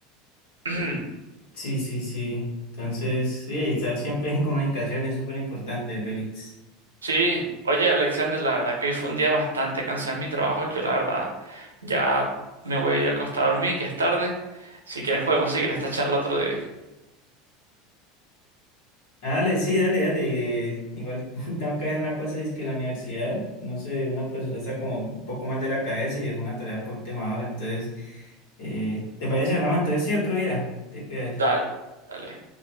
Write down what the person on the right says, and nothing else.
<clears throat>
Sí, oye Alexander, la verdad que hoy fue un día bastante cansado en mi trabajo. Yo la verdad ya me voy a ir a acostar a dormir, ya es tarde. Si quieres podemos seguir esta charla otro día.
Dale, dale.